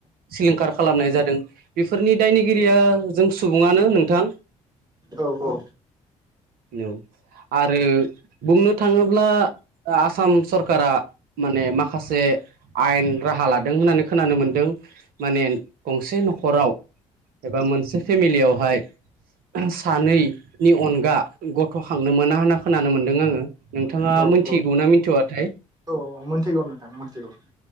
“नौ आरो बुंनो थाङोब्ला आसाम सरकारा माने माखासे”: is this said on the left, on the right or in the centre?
Right